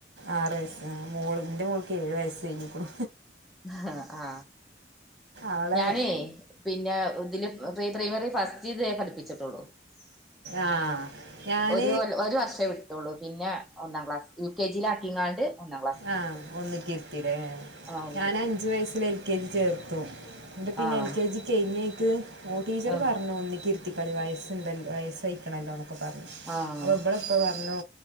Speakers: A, on the right; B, in the centre.
A: ആറു വയസ് ആ മോൾ എന്റെ മോൾക്ക് ഏഴു വയസ്സ് കഴിഞ്ഞിക്കു ണു
B: ഹ് ആ
A: ആളെ
B: ഞാനേ പിന്നെ ഇതില് പ്രീ പ്രീപ്രമറി ഫസ്റ്റ് ഇതേ പഠിപ്പിച്ചിട്ടുള്ളൂ
A: ആ ഞാൻ
B: ഒരു ഒരു വർഷ കത്തുള്ളൂ പിന്നെ ഒന്നാം ക്ലാസ് യു കെ ജില് ആക്കിങ്ങാണ്ട് ഒന്നാം ക്ലാസ്സിൽ
A: ആ
B: ചേർത്ത്
A: ഒന്നിക്കിരുത്തില്ലേ
B: ആഹ് ഒന്ന്
A: ഞാൻ
B: കിട്ടി
A: അഞ്ചു വയസിൽ എൽ കെ ജി ല് ചേർത്തു എന്നിട്ട് പിന്നെ
B: ആഹ്
A: എൽ കെ ജി കഴിഞ്ഞേക്ക് ഓ ടീച്ചർ
B: ആഹ്
A: പറഞ്ഞു ഒന്നിക്കിരി ത്തികളീം വയസ്സ്ണ്ടല്ലോ വയസഴിക്കണല്ലോ എന്നൊക്കെ പറഞ്ഞു
B: ആഹ്
A: അപ്പൊ ഇബളപ്പ പറഞ്ഞു